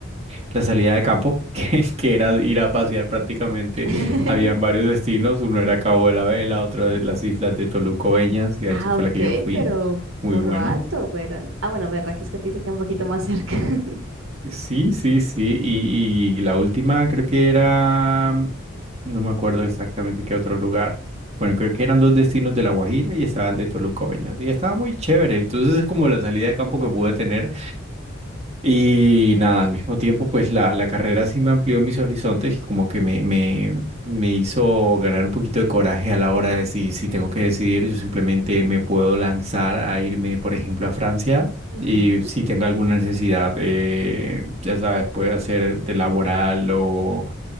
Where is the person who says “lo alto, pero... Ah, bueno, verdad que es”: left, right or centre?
Right